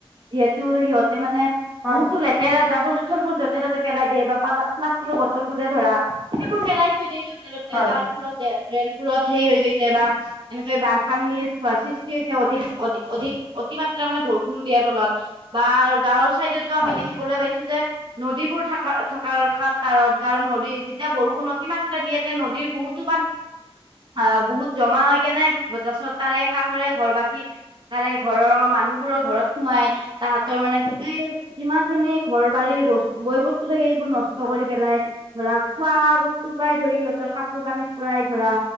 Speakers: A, on the right; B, in the centre.
A: যিহেতু সিহঁতে মানে
B: হয়
A: বহুতো লেতেৰা জাবৰ জোথৰ বোৰ যতে ততে পেলাই দিয়ে বা প্লাষ্টিকৰ। ফো ধৰা সেইবোৰ পেলাই থৈ দিয় য'তে ত'তে
B: হয়
A: তাৰ ফলত ড্ৰেইনবোৰত হেৰি হৈ গৈছে বা এনেক বান্ধপানী সৃষ্টি হয় হৈছে অধিক অ অধিক অতিমাত্ৰা মানে বৰষুণ দিয়াৰ ফলত বা গাঁৱৰ চাইডো আমি
B: হয়
A: দেখিবলৈ পাইছো যে নদীবোৰ থকা থকাৰ কাৰণ কাৰণ নদী যেতিয়া বৰষুণ অতিমাত্ৰা দিয়ে এতিয়া নদীৰ বহুতো অ বহুত জমা হয় কে নাই তাৰিছত তাৰে কাষৰে ঘৰ বাসী তাৰে ঘৰৰ মানুহবোৰৰ ঘৰত সোমাই তাহাঁতৰ মানে গোটেই যিমান খিনি ঘৰ বাৰীৰ বস্তু গৈ বস্তু থাকে সেইবোৰ নষ্ট কৰি পেলাই ধৰা খোৱা বস্তুৰ পৰাই ধৰি সিহঁতৰ কাপোৰ কানিৰ পৰাই ধৰা